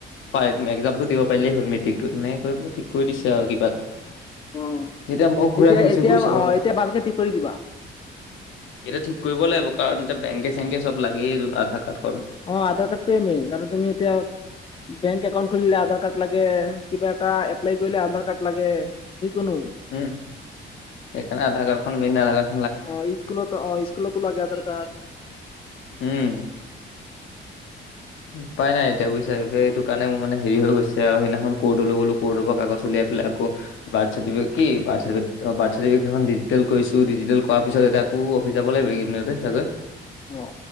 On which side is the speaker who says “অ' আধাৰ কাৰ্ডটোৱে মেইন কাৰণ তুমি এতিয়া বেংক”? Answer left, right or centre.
Left